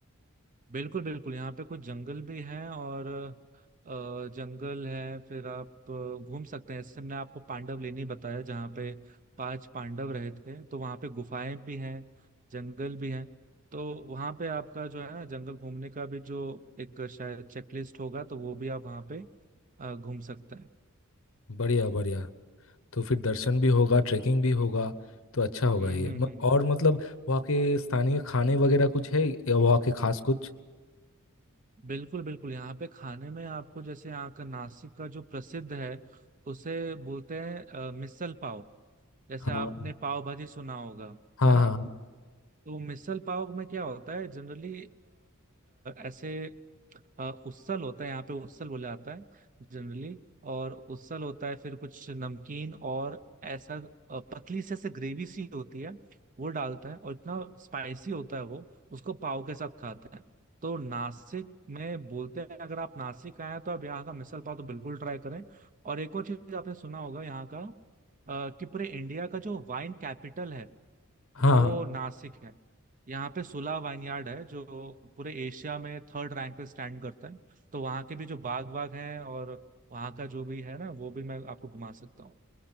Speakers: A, on the right (about 35°); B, on the left (about 65°).
A: बिल्कुल बिल्कुल यहाँ पे कुछ जंगल भी हैं और अ, जंगल है फिर आप अ, घूम सकते हैं जैसे मैंने आपको पांडव लेनी बताया जहाँ पे पांच पांडव रहे थे तो वहाँ पे गुफाएं भी हैं जंगल भी हैं तो वहाँ पे आपका जो है ना जंगल घूमने का भी जो एक शायद चेकलिस्ट होगा तो वो भी आप वहाँ पे अ, घूम सकते हैं
B: बढ़िया बढ़िया तो फिर दर्शन भी होगा ट्रैकिंग भी होगा तो अच्छा होगा
A: हम्म
B: ये
A: हम्म
B: म-
A: हम्म
B: और मतलब वहाँ के स्थानीय खाने वगैरह कुछ है या वहाँ के खास कुछ
A: बिल्कुल बिल्कुल यहाँ पे खाने में आपको जैसे यहाँ का नासिक का जो प्रसिद्ध है उसे बोलते हैं अ, मिसल पाव जैसे
B: हाँ
A: आपने पाव भाजी सुना होगा
B: हाँ
A: है ना
B: हाँ
A: तो मिसल पाव में क्या होता है जनरली ऐसे अ, उसल होता है यहाँ पे उसल बोला जाता है जनरली और उसल होता है फिर कुछ नमकीन और ऐसा अ, पतली से ऐसे ग्रेवी सी होती है वो डालता है और इतना स्पाइसी होता है वो उसको पाव के साथ खाता है तो नासिक में बोलते हैं अगर आप नासिक आए हैं तो आप यहाँ का मिसल पाव तो बिल्कुल ट्राई करें और एक और चीज आपने सुना होगा यहाँ का अ, कि पूरे इंडिया का जो वाइन कैपिटल है
B: हाँ
A: वो
B: हाँ
A: नासिक है यहाँ पे सुला वाइनयार्ड है जो पूरे एशिया में थर्ड रैंक पे स्टैंड करता है तो वहाँ के भी जो बाग वाग हैं और वहाँ का जो भी है ना वो भी मैं आपको घुमा सकता हूँ